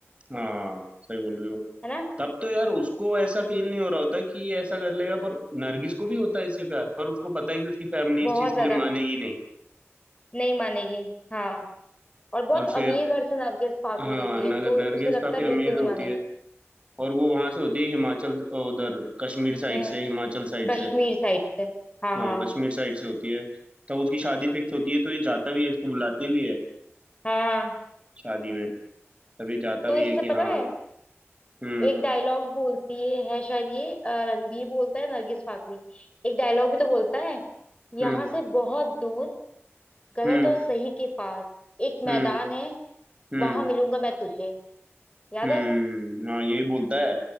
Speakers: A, on the right (about 25°); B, on the left (about 25°).
A: हाँ सही बोल रहे हो
B: है ना
A: तब तो यार उसको ऐसा फील नहीं हो रहा होता कि ये ऐसा कर लेगा पर नरगिस को भी होता है इससे प्यार पर उसको पता है कि उसकी फैमिली
B: बहुत
A: इस चीज के
B: ज्यादा
A: लिए मानेगी नहीं
B: नहीं मानेगी हाँ और बहुत
A: और फिर
B: अमीर घर से नरगिस फाकरी
A: हाँ
B: होती
A: नगर
B: है तो
A: नरगिस
B: उसे लगता
A: काफी
B: है
A: अमीर
B: बिल्कुल नहीं
A: होती
B: मानेगी
A: है और वो वहां से होती है हिमाचल उधर कश्मीर साइड
B: ये
A: से हिमाचल साइड
B: कश्मीर
A: से
B: साइड से हाँ
A: हाँ
B: हाँ
A: कश्मीर साइड से होती है तब उसकी शादी फिक्स होती है तो ये जाता भी है इसको बुलाती भी है
B: हाँ
A: शादी में तभी जाता
B: तो
A: भी
B: इससे
A: है कि
B: पता
A: हाँ
B: है
A: हम्म
B: एक डायलॉग बोलती है, है शायद ये अ, रणबीर बोलता है नरगिस फाकरी एक डायलॉग भी तो बोलता है यहाँ
A: हम्म
B: से बहुत दूर गलत
A: हम्म
B: और सही के पार एक मैदान
A: हम्म
B: है
A: हम्म
B: वहां मिलूंगा मैं तुझे याद
A: हम्म
B: है
A: हाँ यही बोलता है